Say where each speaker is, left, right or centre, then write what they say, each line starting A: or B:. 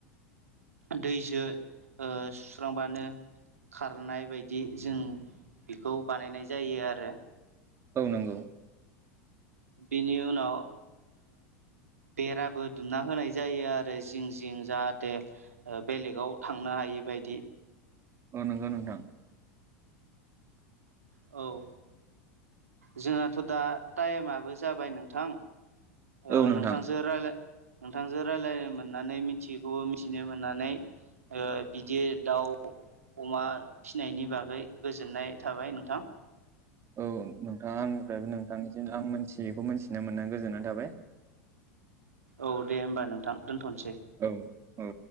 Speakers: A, on the right (about 85°); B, on the right (about 35°).
A: दैजों सुस्रांबानो खारनाय बायदि जों बेखौ बानायनाय जायो आरो
B: औ नंगौ
A: बिनि उनाव बेराबो दुमना होनाय जायो आरो जिं जिं जाहाथे बेलेगाव थांनो हायि बादि
B: औ नंगौ नोंथां
A: औ जोंहथ' दा टाइमाबो जाबाय नोंथां ओ
B: औ नोंथां
A: नोंथांजों रायज्य नोंथांजों रायज्लायनो मोननानै मिथियैखौबो मिथिनो मोननानै ओ बिदि दाउ अमा फिनायनि बागै गोजोननाय थाबाय नोंथां
B: औ नोंथाङा आंनिफ्रायबो नोंथांनिसिम आं मोनथियैखौ मिथिनो मोननानै गोजोननाय थाबाय।
A: औ दे होमबा नोंथां दोनथ'नोसै।
B: औ औ।